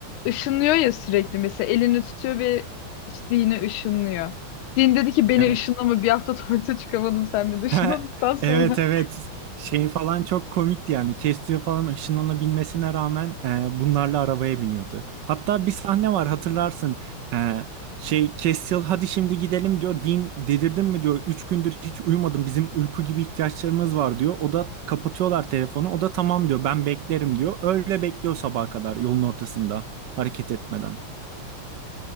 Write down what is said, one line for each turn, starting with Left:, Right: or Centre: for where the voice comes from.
Left: ışınlıyor ya sürekli mesela elini tutuyor ve işte dini ışınlıyor. Din dedi ki beni
Right: <laughs> Evet.
Left: ışınlama bir hafta <laughs> tuvalete çıkamadım sen beni ışınladıktan
Right: <laughs>
Left: sonra.
Right: Evet evet şey falan çok komikti yani kestiği falan ışınlanabilmesine rağmen e, bunlarla arabaya biniyordu. Hatta bir sahne var hatırlarsın E, şey Castiel hadi şimdi gidelim diyor Dean delirdin mi diyor 3 gündür hiç uyumadım bizim uyku gibi ihtiyaçlarımız var diyor. O da kapatıyorlar telefonu o da tamam diyor ben beklerim diyor öyle bekliyor sabaha kadar yolun ortasında hareket etmeden. <laughs>